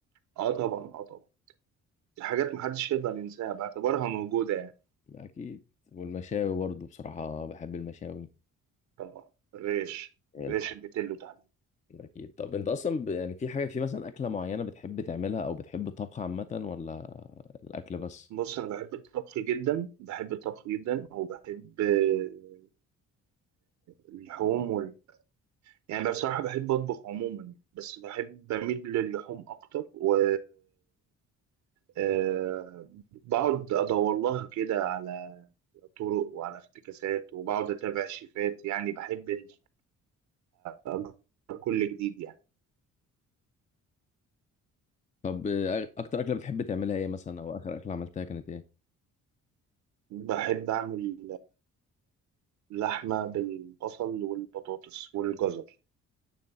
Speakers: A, on the right (about 70°); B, on the left (about 25°).
A: اه طبعا اه طبعا دي حاجات محدش يقدر ينساها بعتبرها موجودة يعني
B: اكيد والمشاوي برضو بصراحه بحب المشاوي
A: طبعا الريش
B: الحمام
A: الريش البيتلو تحديدا
B: اكيد طب انت اصلا ب... يعني في حاجه في مثلا اكله معينه بتحب تعملها او بتحب الطبخ عامه ولا الاكل بس
A: بص أنا بحب الطبخ جدا بحب الطبخ جدا وبحب آه، اللحوم وال... يعني بصراحة بحب أطبخ عموما يعني. بس بحب بميل للحوم أكتر و آه، بقعد أدور لها كده على طرق وعلى افتكاسات وبقعد أتابع شيفات يعني بحب إن أجرب كل جديد يعني
B: طب آه، اكتر اكله بتحب تعملها ايه مثلا او اخر اكله عملتها كانت ايه
A: بحب أعمل لحمة بالبصل والبطاطس والجزر